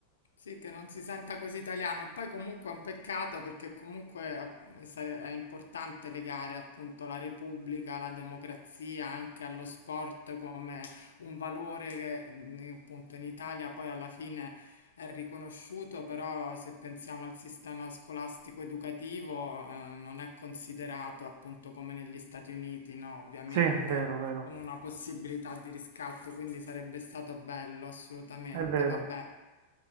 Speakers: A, on the left; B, on the right.
A: Sì, che non si senta così italiano e poi comunque è un peccato perché comunque eh, sare- è importante legare appunto la Repubblica, la democrazia anche allo sport come un valore che mh, appunto in Italia poi alla fine è riconosciuto, però se pensiamo al sistema scolastico educativo eh, non è considerato appunto come negli Stati Uniti, no, ovviamente
B: Sì, vero, vero.
A: come una possibilità di riscatto, quindi sarebbe stato bello, assolutamente.
B: È vero,
A: Vabbè.